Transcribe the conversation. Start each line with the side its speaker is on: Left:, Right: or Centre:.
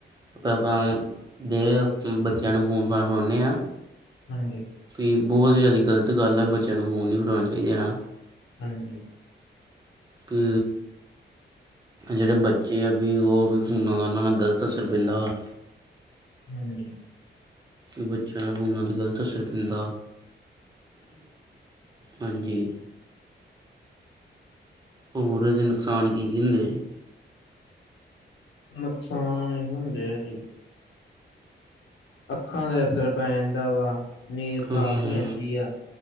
Right: ਆਪ ਆਪਾਂ ਦੇ ਬੱਚਿਆਂ ਨੂੰ ਫੋਨ ਫਾਨ ਫੜਾਉਂਦੇ ਹਾਂ
Left: ਹਾਂਜੀ।
Right: ਵੀ ਬਹੁਤ ਜ਼ਿਆਦਾ ਗ਼ਲਤ ਗੱਲ ਆ ਬੱਚਿਆਂ ਨੂੰ ਫੋਨ ਨਹੀਂ ਫੜਾਉਣੇ ਚਾਹੀਦੇ ਨਾ।
Left: ਹਾਂਜੀ।
Right: ਕਿ ਜਿਹੜੇ ਬੱਚੇ ਆ ਵੀ ਉਹ ਵੀ ਫੋਨਾਂ ਦਾ ਉਹਨਾਂ ਨਾਲ ਗ਼ਲਤ ਅਸਰ ਪੈਂਦਾ ਵਾ।
Left: ਹਾਂਜੀ।
Right: ਬੱਚਿਆਂ ਨਾਲ ਫੋਨਾਂ ਤੇ ਗਲਤ ਅਸਰ ਪੈਂਦਾ। ਹਾਂਜੀ। ਹੋਰ ਏਦੇ ਨੁਕਸਾਨ ਕੀ ਕੀ ਹੁੰਦੇ ਜੀ?
Left: ਨੁਕਸਾਨ ਇਹੀ ਹੁੰਦੇ ਆ ਜੀ। ਅੱਖਾਂ ਤੇ ਅਸਰ ਪੈ ਜਾਂਦਾ ਵਾ। ਨੀਂਦ ਖ਼ਰਾਬ
Right: ਹਾਂ ਹਾਂ ਹਾਂ।
Left: ਹੋ ਜਾਂਦੀ ਆ।